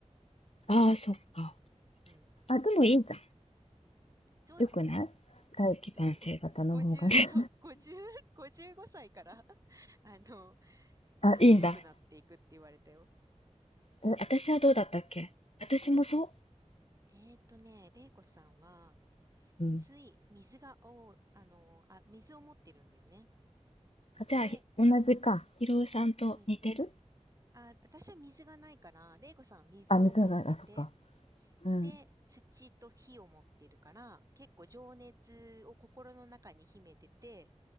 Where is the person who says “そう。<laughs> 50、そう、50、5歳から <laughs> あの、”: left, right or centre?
Right